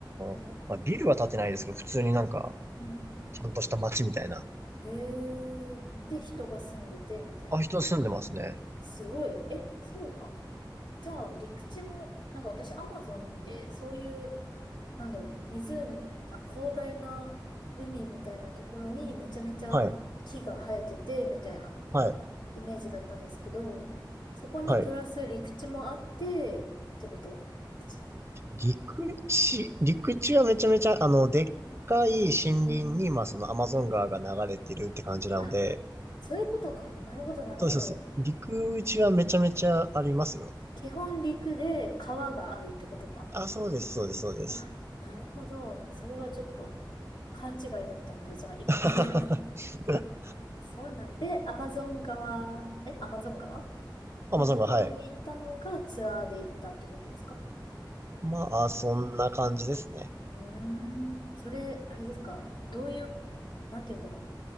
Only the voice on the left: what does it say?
うん、
うん。
へえ、で、人が住んでて、みたいな。
すごい。え、そうか。じゃあ、陸地も、なんか私、アマゾンって、そういうなんだろう、湖、あ、広大な海みたいなところにめちゃめちゃ木が生えてて、
みたいな
イメージだったんですけど、そこにプラス陸地もあって、
ってことですか
うん。
あ、そういうことか。なるほど、なるほど。
基本陸で川があるってことか。
あ、なるほど。それはちょっと勘違いだったんだ、じゃあ、今までは。
<laughs> そうなんで、アマゾン川、え、アマゾン川
のところに行ったのがツアーで行ったってことですか
うーん。それ、あれですかどういう、なんて言うんだろう。